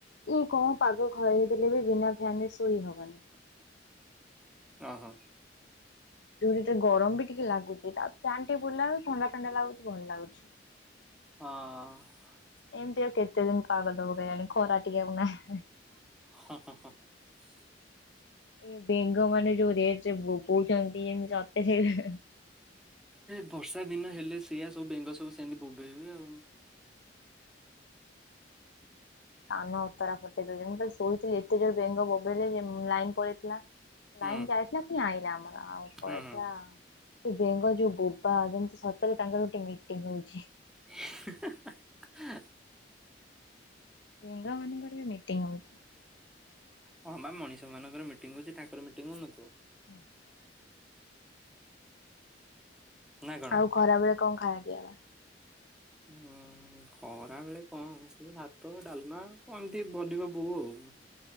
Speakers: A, on the left; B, in the centre.
A: କି କଣ ପାଗ ଘରେ ଦେଲେ ବିନା ଫ୍ୟାନ ରେ ଶୋଇ ହବନି।
B: ଓ ହୋ।
A: ଯୋଉ ରେଟ୍ ରେ ଗରମ ବି ଟିକେ ଲାଗୁଚି ତା ଫ୍ୟାନ୍ ଟିକେ ବୁଲିଲା ବେଳକୁ ଥଣ୍ଡା ଥଣ୍ଡା ଲାଗୁଚି ଭଲ ଲାଗୁଚି।
B: ହଁ।
A: ଏମିତି ଆଉ କେତେ ଦିନ ପାଗ ଦବ କେଜାଣି ଖରା ଟିକେ ଆଉ ନାହିଁ?
B: <inaudible>
A: ଏ ବେଙ୍ଗ ମାନେ ଯୋଉ ରେଟରେ ବୋବଉଚନ୍ତି ଏମିତି ଅତାସିଆ
B: ଏ ବର୍ଷା ଦିନ ହେଲେ ସେଇଆ ସବୁ ବେଙ୍ଗ ସବୁ ସେମିତି ବୋବେଇବେ ଆଉ।
A: କାନ ଅତରା ଫଟେଇ ଦଉଚନ୍ତି। ମୁଁ କାଲି ଶୋଇଥିଲି ଏତେ ଜୋରେ ବେଙ୍ଗ ବୋବେଇଲେ ଯେ ଲାଇନ ପଳେଇଥିଲା।
B: ହୁଁ
A: ଲାଇନ ଯାଇଥିଲା ପୁଣି ଆଇଲା ଆମର ଆଉ ପଲେଇଥିଲା
B: ହୁଁ ହୁଁ
A: ବେଙ୍ଗ ଯୋଉ ବୋବା ଯେମିତି ସତରେ ତାଙ୍କର ଗୋଟେ ମିଟିଂ ହଉଚି।
B: <inaudible>
A: ବେଙ୍ଗ ମାନଙ୍କର ବି ମିଟିଙ୍ଗ ହଉଚି।
B: ହଁ, ବା ମଣିଷ ମାନଙ୍କର ମିଟିଂ ହଉଚି ତାଙ୍କର ମିଟିଂ ହଉନଥିବ?
A: <inaudible>
B: ନା କଣ?
A: ଆଉ ଖରାବେଳେ କଣ ଖାଇବା ପିଇବା?
B: ହୁଁ ଖରାବେଳେ କଣ ସେ ଭାତ, ଡାଲମା କଣ ଏମିତି ବନିବ ବୋଉ ଆଉ। <inaudible>